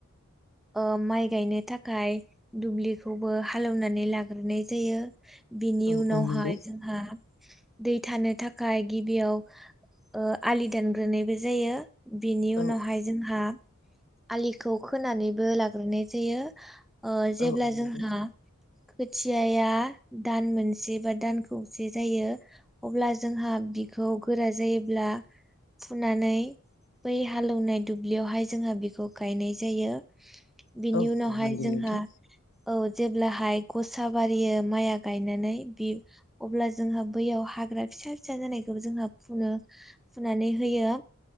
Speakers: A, in the centre; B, on the left.
A: ओ माइ गायनो थाखाय दुब्लिखौबो हालेवनानै लाग्रोनाय जायो बिनि
B: औ
A: उनावहाय
B: औ नंगौ
A: जोंहा दै थानो थाखाय गिबियाव आलि दानग्रोनायबो जायो बेनि उनावहाय
B: औ
A: जोंहा आलिखौ खोनानैबो लाग्रोनाय जायो ओ जेब्ला
B: औ औ नंगौ
A: जोंहा खोथियाया दान मोनसे बा दान खौसे जायो अब्ला जोंहा बि खौ गोरा जायोब्ला फुनानै बै हालौनाय दुब्लियावहाय जोंहा बेखौ गाय बिनि
B: औ
A: उनावहाय
B: औ नंगौ
A: जोंहा
B: नोंथां
A: औ जेब्लाहाय गसा बारियो माइआ गायनानै बि अब्ला जोंहा बैयाव हाग्रा फिसा फिसा जानायखौबो जोंहा फुनो फुनानै होयो